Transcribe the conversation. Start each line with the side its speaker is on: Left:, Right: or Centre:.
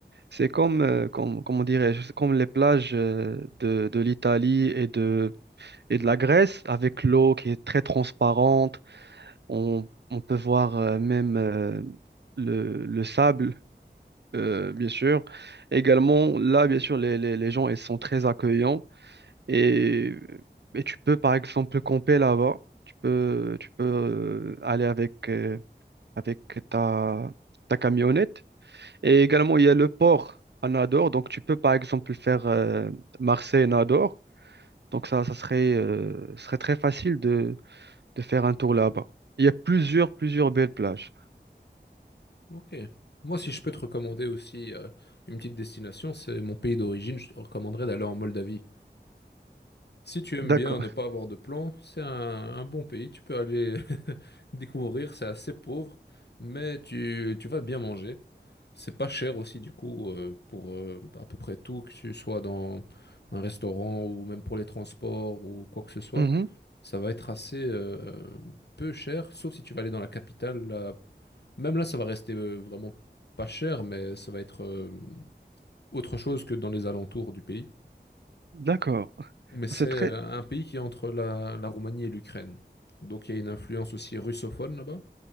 Right: C'est comme, euh, comme, comment dirais-je, c'est comme les plages euh, de, de l'Italie et de et de la graisse avec l'eau qui est très transparente. On, on peut voir euh, même euh, le, le sable, euh, bien sûr. Également, là, bien sûr, les, les, les gens, ils sont très accueillants. Et, et tu peux, par exemple, camper là-bas. Tu peux, tu peux euh, aller avec, euh, avec ta, ta camionnette. Et également, il y a le port à Nador. Donc, tu peux, par exemple, faire euh, Marseille-Nador. Donc, ça, ça serait, euh, serait très facile de de faire un tour là-bas. Il y a plusieurs, plusieurs belles plages.
Left: Ok. Moi, si je peux te recommander aussi euh, une petite destination, c'est mon pays d'origine. Je te recommanderais d'aller en Moldavie. Si tu aimes
Right: D'accord.
Left: bien ne pas avoir de plan, c'est un, un bon pays. Tu peux aller <laughs> découvrir. C'est assez pauvre, mais tu, tu vas bien manger. C'est pas cher aussi, du coup, euh, pour euh, à peu près tout, que tu sois dans un restaurant ou même pour les transports ou quoi que ce soit.
Right: Mhm.
Left: Ça va être assez euh, peu cher, sauf si tu vas aller dans la capitale. Là. Même là, ça va rester euh, vraiment pas cher, mais ça va être euh, autre chose que dans les alentours du pays.
Right: D'accord.
Left: Mais c'est
Right: C'est
Left: euh,
Right: très...
Left: un pays qui est entre la, la Roumanie et l'Ukraine. Donc il y a une influence aussi russophone là-bas.